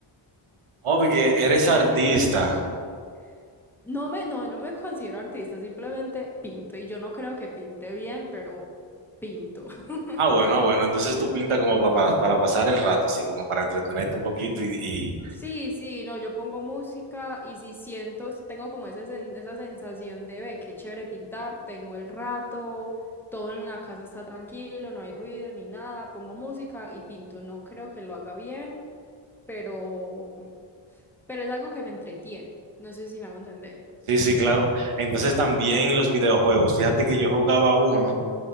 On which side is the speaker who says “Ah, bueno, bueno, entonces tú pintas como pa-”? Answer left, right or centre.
Right